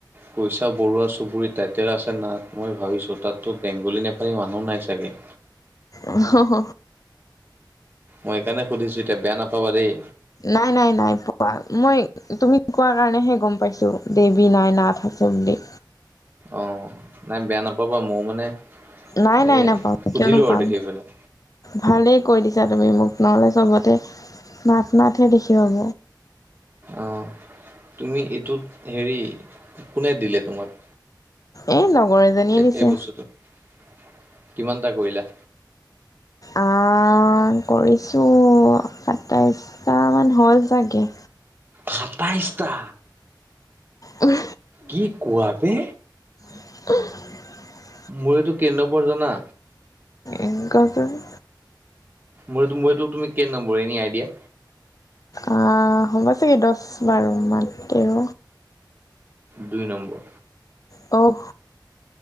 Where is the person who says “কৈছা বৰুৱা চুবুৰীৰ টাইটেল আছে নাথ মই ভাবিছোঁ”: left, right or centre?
Right